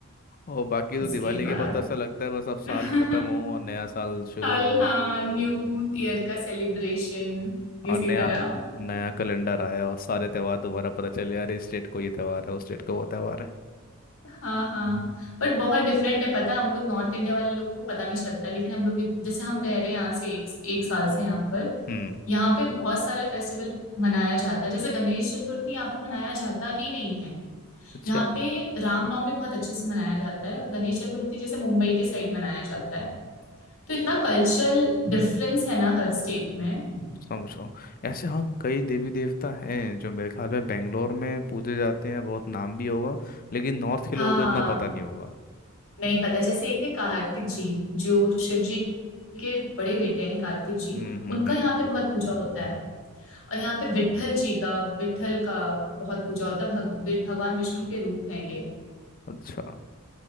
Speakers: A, on the left (about 40°); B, on the left (about 65°).
A: और बाकी तो
B: उसके
A: दिवाली
B: बाद
A: के बाद तो ऐसा लगता है बस अब
B: <laughs>
A: साल खत्म हो और नया साल शुरू
B: साल
A: हो
B: हाँ न्यू ईयर
A: हम्म,
B: का सेलिब्रेशन
A: और
B: इसी
A: नया
B: तरह
A: नया कैलेंडर आया और सारे त्योहार दोबारा पता चले अरे इस डेट को ये त्योहार है उस डेट को वो त्योहार है
B: हाँ हाँ पर बहुत डिफरेंट है पता है हम लोग नॉर्थ इंडिया वाले लोगों को पता नहीं चलता लेकिन हम लोग जैसे हम रह रहे हैं यहाँ से एक एक साल से यहाँ पर
A: हम्म
B: यहाँ पे बहुत सारा फेस्टिवल मनाया जाता है जैसे गणेश चतुर्थी यहाँ पे मनाया जाता ही नहीं है
A: अच्छा
B: यहाँ पे रामनवमी बहुत अच्छे से मनाया जाता है गणेश चतुर्थी जैसे मुंबई के साइड मनाया जाता है तो इतना कल्चरल डिफरेंस है ना हर
A: हम्म,
B: स्टेट में
A: समझ रहा हूँ ऐसे हाँ कई देवी देवता हैं जो मेरे ख्याल में बेंगलोर में पूजे जाते हैं बहुत नाम भी होगा लेकिन नॉर्थ के
B: हाँ
A: लोगों को इतना पता नहीं होगा
B: नहीं पता जैसे एक है कार्तिक जी जो शिव जी के बड़े बेटे हैं कार्तिक जी
A: हम्म हम्म
B: उनका
A: हम्म
B: यहाँ पे बहुत पूजा होता है और यहाँ पे विट्ठल जी का विट्ठल का बहुत पूजा होता है भग, वि- भगवान विष्णु के रूप हैं ये
A: अच्छा